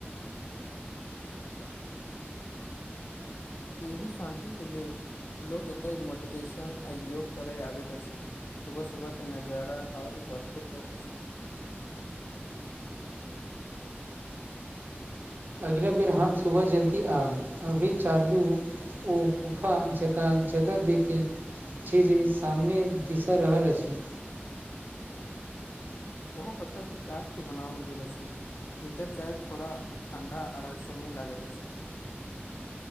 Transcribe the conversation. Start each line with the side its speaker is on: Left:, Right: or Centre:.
Left: यही शान्ति के लेल लोग एते मैडिटेशन आ योग करय आबैत अछि सुबह सुबह के नजारा आर अदभूत होयत अछि
Right: अगिला बेर हम सुबह जल्दी आब अभी चालू ओ गुफा जकाँ जगह देखी छी जी सामने दिशा रहल अछि
Left: ओहो पत्थर पे काट के बनाओल गेल अछि भीतर जायब थोड़ा ठण्डा आ रहस्यमय लागेत अछि